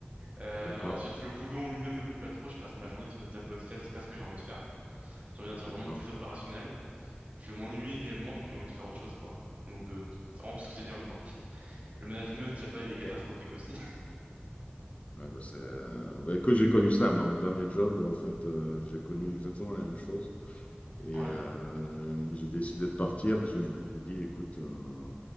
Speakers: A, on the right (about 40°); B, on the left (about 35°).
A: Euh,
B: D'accord,
A: ensuite, le boulot en lui-même me plaît pas trop, je passe ma journée sur des tableaux Excel, c'est pas ce que j'ai envie de faire. J'ai envie d'un truc
B: d'accord.
A: vraiment plus opérationnel. Je m'ennuie également, donc j'ai envie de faire autre chose, quoi. Donc, euh, c'est vraiment tout ce que t'as dit en même temps. Le management là-bas, il est catastrophique
B: Ok.
A: aussi.
B: Ouais, bah, c'est, euh, bah, écoute, j'ai connu ça, moi, mon dernier job, en fait, euh, j'ai connu exactement la même chose.
A: <laughs>
B: Et
A: Ouais.
B: euh, j'ai décidé de partir parce que je me suis dit, écoute, euh,